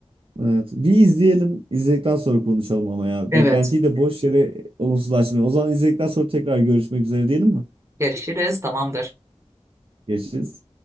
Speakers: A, on the right (about 55°); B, on the right (about 25°).
A: Evet. Bir izleyelim. İzledikten sonra konuşalım ama ya.
B: Evet.
A: Beklentiyi de boş yere olumsuzlaşmayalım. O zaman izledikten sonra tekrar görüşmek üzere diyelim mi?
B: Görüşürüz. Tamamdır.
A: Görüşürüz.